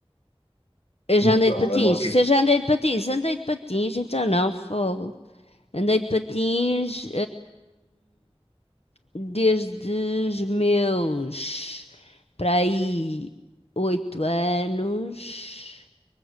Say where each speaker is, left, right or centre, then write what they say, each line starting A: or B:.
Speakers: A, on the left; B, on the left.
A: Eu
B: E
A: já
B: o
A: andei
B: João
A: de patins.
B: leva o quê?
A: Se eu já andei de patins, andei de patins, então não, fogo. Andei de patins, desde os meus para aí oito anos